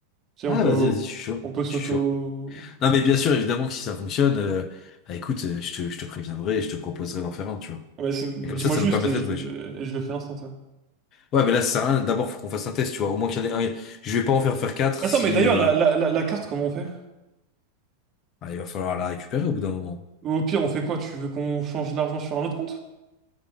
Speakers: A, on the right (about 30°); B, on the left (about 35°).
A: Tu sais,
B: Ouais,
A: on peut,
B: vas-y, vas-y, je suis chaud.
A: on peut s'auto...
B: Je suis chaud. Non, mais bien sûr, évidemment que si ça fonctionne, euh, bah, écoute, euh, je te, je te préviendrai et je te proposerai d'en faire un, tu vois.
A: Ouais, c'est- dis-moi
B: Et comme ça, ça
A: juste,
B: nous permettrait
A: et je,
B: de voyager.
A: le- et je le fais instant, ouais.
B: Ouais, mais là, ça sert à rien. D'abord, faut qu'on fasse un test, tu vois. Au moins qu'il y en ait un. Je vais pas en faire faire quatre
A: Attends,
B: si,
A: mais d'ailleurs,
B: euh,
A: la, la, la, la carte, comment on fait?
B: ah, il va falloir la récupérer au bout d'un moment.
A: Ou au pire, on fait quoi? Tu veux qu'on change l'argent sur un autre compte?